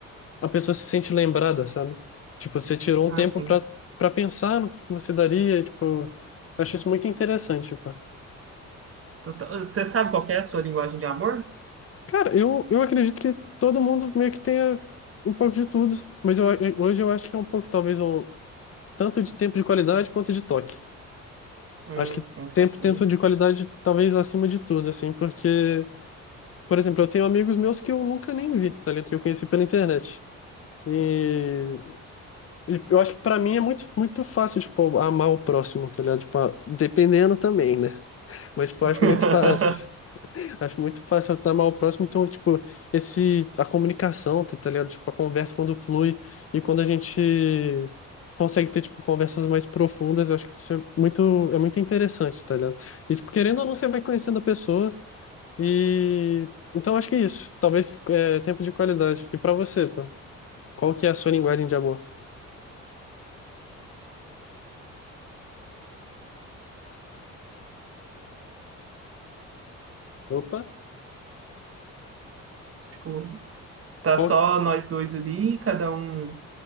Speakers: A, on the left; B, on the right.
A: a pessoa se sente lembrada, sabe? Tipo, você tirou um
B: Ah,
A: tempo
B: sim.
A: para para pensar no que você daria, e, tipo, acho isso muito interessante, tipo.
B: Total- Você sabe qual que é a sua linguagem de amor?
A: Cara, eu, eu acredito que todo mundo meio que tenha um pouco de tudo, mas eu, eu- hoje eu acho que é um pouco, talvez, um tanto de tempo de qualidade quanto de toque.
B: Hum,
A: Acho que
B: sim, saquei.
A: tempo, tempo de qualidade talvez acima de tudo, assim, porque, por exemplo, eu tenho amigos meus que eu nunca nem vi, tá ligado? Que eu conheci pela internet. E, e eu acho que pra mim é muito, muito fácil, tipo, amar o próximo, tá ligado? Tipo, dependendo também, né? Mas, tipo,
B: <laughs>
A: eu acho muito fácil. Acho muito fácil estar mal próximo, então, tipo, esse, a comunicação, tá tá ligado? Tipo, a conversa quando flui e quando a gente consegue ter, tipo, conversas mais profundas, eu acho que isso é muito, é muito interessante, tá ligado? E, tipo, querendo ou não, você vai conhecendo a pessoa e... Então, acho que é isso. Talvez, é, tempo de qualidade. E pra você, pô, qual que é a sua linguagem de amor? Opa,
B: Tipo, tá
A: qual...
B: só nós dois ali, cada um